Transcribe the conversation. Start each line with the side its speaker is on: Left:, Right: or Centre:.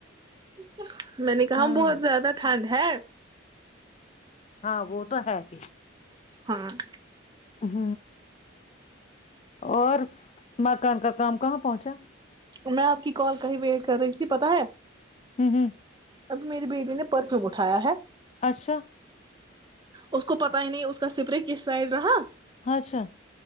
Right: ج میں نے کہا
Left: ہوں
Right: بہت زیادہ ٹھنڈ ہے ہاں
Left: ہاں وہ تو ہے پ
Right: ہاں <unintelligible>
Left: ہ اور مکان کا کام کہاں پہنچا <unintelligible>
Right: میں آپ کی کال کہیں ویٹ کر رہی تھی پتا ہے
Left: ہوں ہوں <unintelligible>
Right: ابھی میری بیٹی نے پرچوں اٹھایا ہے
Left: اچھا <unintelligible>
Right: اس کو پت ہی نہیں اس کا سپرے کس سائڈ رہا
Left: ااںچھا <unintelligible>